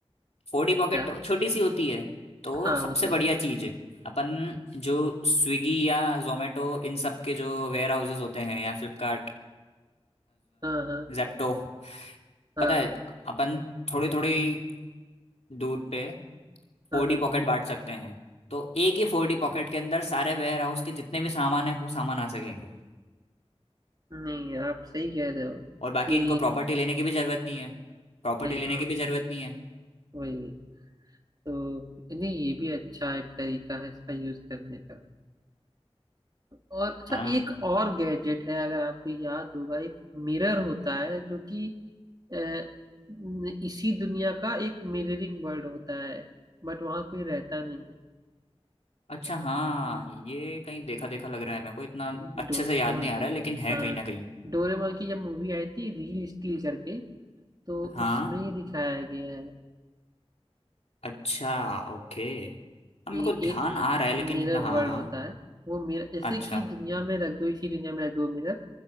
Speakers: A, on the left; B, on the right.
A: फोडी पॉकेट
B: क्या
A: तो छोटी सी होती है तो
B: हाँ
A: सबसे
B: वो तो
A: बढ़िया चीज है अपन जो स्विगी या जोमेटो इन सब के जो वेयर हाउसेज होते हैं या फ्लिपकार्ट
B: हाँ हाँ
A: जेप्टो
B: हाँ
A: पता है अपन थोड़ी थोड़ी दूर पे
B: हाँ
A: फोडी
B: हाँ
A: पॉकेट बांट सकते हैं तो एक ही फोडी पॉकेट के अंदर सारे वेयर हाउस के जितने भी सामान है वो सामान आ सकेंगे
B: नहीं आप सही कह रहे हो
A: और बाकी
B: कि
A: इनको प्रॉपर्टी लेने की भी जरूरत नहीं है प्रॉपर्टी
B: नहीं
A: लेने
B: आप
A: की भी जरूरत नहीं है
B: वही वही तो नहीं ये भी अच्छा एक तरीका है इसका यूज करने का और अच्छा
A: हाँ
B: एक और गैजेट है अगर आपको याद होगा एक मिरर होता है जो कि अ, न- इसी दुनिया का एक मिररिंग वर्ल्ड होता है बट वहां कोई रहता नहीं
A: अच्छा हाँ ये कहीं देखा देखा लग रहा है मेरे को इतना अच्छे
B: डोरेमोन
A: से याद नहीं आ
B: में
A: रहा है लेकिन है
B: हाँ
A: कहीं ना कहीं
B: डोरेमोन की जब मूवी आई थी रील स्टील करके तो
A: हाँ
B: उसमें ही दिखाया गया है
A: अच्छा ओके अब
B: कि
A: मेरे को ध्यान
B: एक
A: आ रहा है लेकिन
B: मिरर
A: इतना हाँ
B: वर्ल्ड
A: हाँ
B: होता है वो मिरर जैसे
A: अच्छा
B: कि दुनिया में रख दो इसी दुनिया में रख दो मिरर